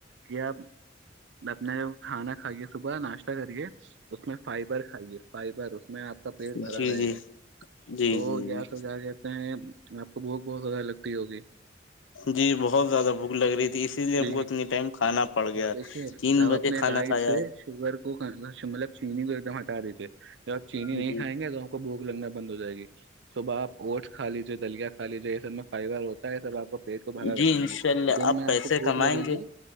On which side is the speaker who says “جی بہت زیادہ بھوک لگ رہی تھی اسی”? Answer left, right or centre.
Left